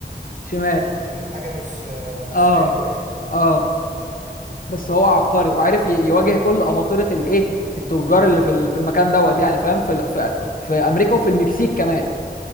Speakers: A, on the left; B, on the right.
A: شمال
B: يعني في حاجة مش آه، مش
A: اه
B: حلوة يعني
A: اه بس هو عبقري وعارف ي- يواجه كل اباطره الايه التجار اللي في ال- في المكان دوت يعني فاهم في ال- في في امريكا وفي المكسيك كمان